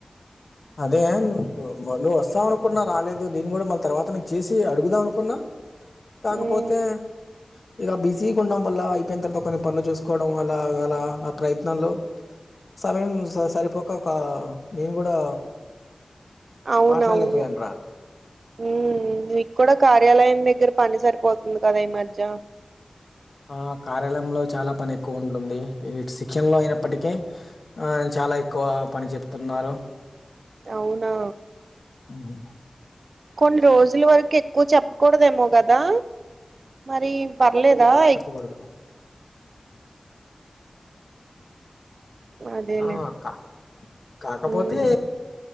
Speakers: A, on the left (about 65°); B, on the right (about 85°).
A: అదే నువ్వు వస్తావనుకున్నా రాలేదు, నేను కూడా మళ్ళీ తర్వాత నీకి చేసి అడుగుదామనుకున్న. కాకపోతే,
B: మ్
A: ఇగ బిజీగ ఉండం వల్ల అయిపోయిన్ తర్వాత కొన్ని పనులు చూసుకోవడం అలాగ అలా ఆ ప్రయత్నంలో, సమయం స సరిపోక క నేను కూడా
B: అవునవును
A: మాట్లాడలేకపోయాను రా
B: మ్ నీకు కూడ కార్యాలయం దగ్గర పని సరిపోతుంది కదా ఈ మధ్య
A: ఆ కార్యాలయంలో చాలా పని ఎక్కువ ఉంటుంది ఈ శిక్షణ లో అయినప్పటికీ ఆ చాలా ఎక్కువ పని చెప్తున్నారు.
B: అవునా!
A: మ్
B: కొన్ని రోజుల వరకు ఎక్కువ చెప్పకూడదేమో కదా, మరీ పర్లేదా ఎ
A: కూడదు
B: అదేలే
A: ఆ క కాకపోతే
B: మ్